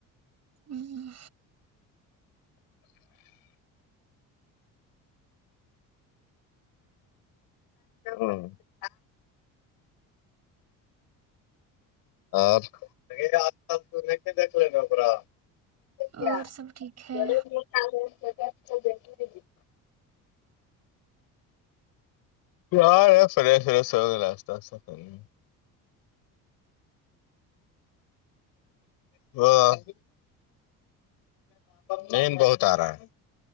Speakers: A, on the right (about 50°); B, on the left (about 85°).
A: ہوں
B: ہو ں آجال تو دلے ن اا <unintelligible> گے
A: اور سب ٹھیک ہے
B: <unintelligible> پیار ہے فریش فریش سلااستا س ک <unintelligible> و <unintelligible> چین بہت آ رہا ہے